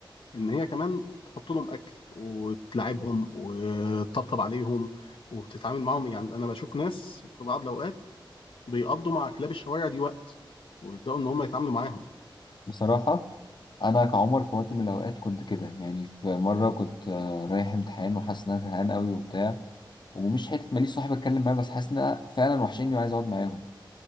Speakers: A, on the left (about 85°); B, on the left (about 60°).
A: ان هي كمان تحط لهم اكل وتلعبهم وتطبطب عليهم وبتتعامل معاهم يعني انا بشوف ناس في بعض الاوقات بيقضوا مع كلاب الشوارع دي وقت ويبداوا ان هم يتعاملوا معاهم
B: بصراحه انا كعمر في وقت من الاوقات كنت كده يعني في مره كنت آه، رايح امتحان وحاسس ان انا زهقان قوي وبتاع ومش حته ماليش صاحب اتكلم معاه بس حاسس ان أنا فعلا وحشيني وعايز اقعد معاهم